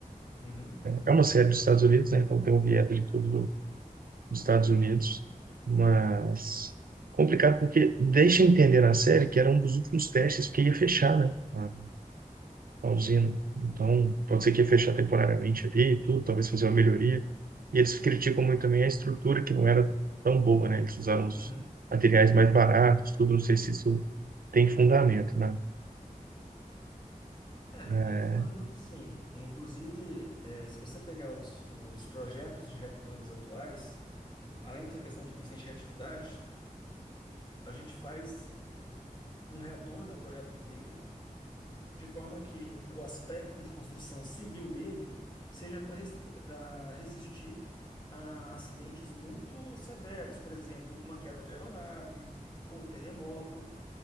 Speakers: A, on the left (about 30°); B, on the right (about 85°).
A: Uhum.
B: É uma série dos Estados Unidos, né? Então tem um viés ali todo nos Estados Unidos, mas complicado porque deixa entender na série que era um dos últimos testes que ia fechar, né, a, a usina. Então, pode ser que ia fechar temporariamente ali e tudo, talvez fazer uma melhoria. E eles criticam muito também a estrutura que não era tão boa, né? Eles usaram os
A: Uhum.
B: materiais mais baratos, tudo, não sei se isso tem fundamento, né?
A: É,
B: É,
A: tem fundamento sim. Inclusive, eh, se você pegar os, os projetos de reatores atuais, Além dessa questão do coeficiente de reatividade, a gente faz um reator, né, o projeto dele, de forma que o aspecto de construção civil dele seja para resistir a acidentes muito severos, por exemplo, uma queda de aeronave ou um terremoto,